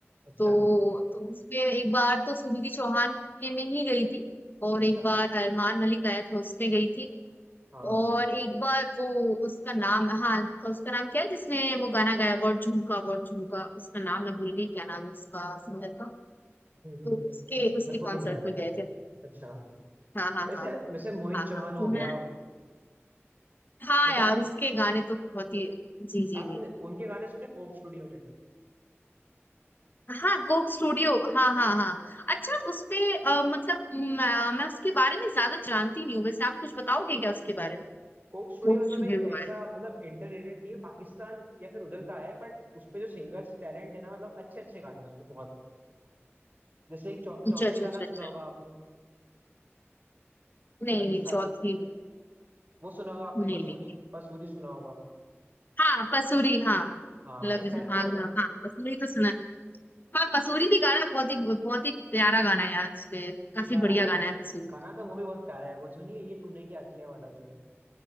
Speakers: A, on the right; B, on the left.
A: अच्छा
B: तो, तो उसमें एक बार तो सुनिधि चौहान के में ही गई थी और
A: अच्छा
B: एक बार अरमान मलिक आया था उसमें गई थी
A: हाँ
B: और एक बार वो उसका नाम हाँ उसका नाम क्या है जिसने वो गाना गाया वो झुमका वो झुमका उसका नाम मैं भूल गई क्या नाम है उसका सिंगर का
A: हम्म,
B: तो उसके उसके
A: मेरे को भी
B: कॉन्सर्ट
A: नहीं आ रहा
B: में
A: यार
B: गए थे
A: अच्छा
B: हाँ हाँ
A: वैसे
B: हाँ
A: वैसे मोहित
B: हाँ
A: चौहान
B: हाँ
A: हो
B: तो
A: गया
B: मैं हाँ
A: मेरे
B: यार
A: को
B: उसके गाने तो बहुत ही जी जी
A: आपने
B: जी
A: उनके गाने सुने कोक स्टूडियो के
B: हाँ कोक स्टूडियो हाँ हाँ हाँ अच्छा उसपे अ, मतलब मैं, मैं उसके बारे में ज्यादा जानती नहीं हूँ वैसे आप कुछ बताओगे क्या उसके बारे में
A: कोक स्टूडियो
B: कोक
A: मतलब
B: स्टूडियो
A: एक
B: के
A: ऐसा
B: बारे
A: मतलब इंटररेटेड नहीं है पाकिस्तान या फिर उधर का है बट उसपे जो सिंगर्स टैलेंट है ना मतलब अच्छे अच्छे गाने हैं उसपे बहुत जैसे एक चौ,
B: में
A: चौधरी
B: अच्छा अच्छा
A: का
B: अच्छा
A: नाम
B: अच्छा
A: सुना होगा आपने
B: नहीं
A: राजस्थान
B: नहीं चौथी
A: वो सुना होगा आपने
B: नहीं
A: पसूरी
B: नहीं
A: पसूरी सुना होगा
B: हाँ पसूरी हाँ
A: हाँ
B: लगन
A: इस टाइप
B: आग
A: के थोड़ा
B: हाँ हाँ, हाँ, पसूरी तो सुना है। हाँ पसूरी भी गाना बहुत ही बहुत ही प्यारा गाना है यार उसपे काफी
A: गाना
B: बढ़िया
A: तो
B: गाना
A: वो
B: है पसूरी
A: गाना तो वो भी बहुत प्यारा है वो जो नहीं है ये तूने क्या किया वाला जो है